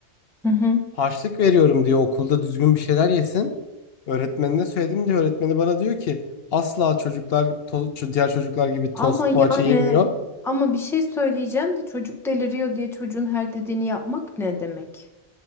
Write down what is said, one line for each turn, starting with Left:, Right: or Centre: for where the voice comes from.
Centre: Hı hı.
Left: Harçlık veriyorum diyor okulda düzgün bir şeyler yesin. Öğretmenine söyledim diyor. Öğretmeni bana diyor ki asla çocuklar to- ço- diğer çocuklar gibi
Centre: Ama
Left: tost
Centre: yani
Left: poğaça yemiyor.
Centre: ama bir şey söyleyeceğim de çocuk deliriyor diye çocuğun her dediğini yapmak ne demek?